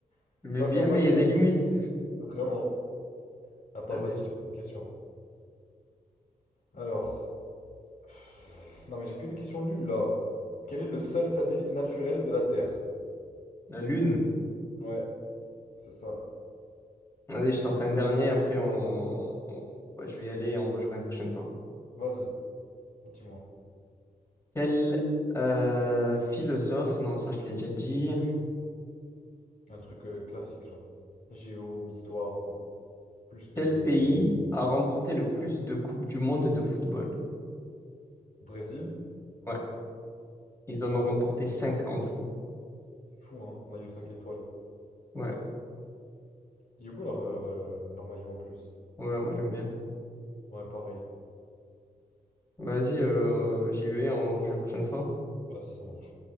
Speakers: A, on the left; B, on the left.
A: J'ai
B: Mais
A: pas
B: bien,
A: fait un bac
B: mais il y a
A: S,
B: des limites.
A: hein. Vraiment. Attends,
B: Vas-y.
A: vas-y, je te pose une question. Alors... pff, Non, mais j'ai que des questions nulles, là. Quel est le seul satellite naturel de la Terre?
B: La lune.
A: Ouais, c'est ça.
B: Vas-y, je t'en fais un dernier, après on... on- ouais, je vais y aller et on rejouera une prochaine fois.
A: Vas-y, dis-moi.
B: Quel euh, philosophe, non, ça je te l'ai déjà dit.
A: Un truc euh, classique, genre. Géo ou histoire ou quoi. Plus que...
B: Quel pays a remporté le plus de coupes du monde de football?
A: Brésil?
B: Ouais, ils en
A: Hé,
B: ont remporté
A: hé.
B: 5 en tout.
A: C'est fou, hein, maillot 5 étoiles.
B: Ouais,
A: Il est beau leur, euh, leur maillot en plus.
B: ouais, moi j'aime bien.
A: Ouais, pareil.
B: Vas-y, euh, j'y vais, on rejoue une prochaine fois.
A: Vas-y, ça marche.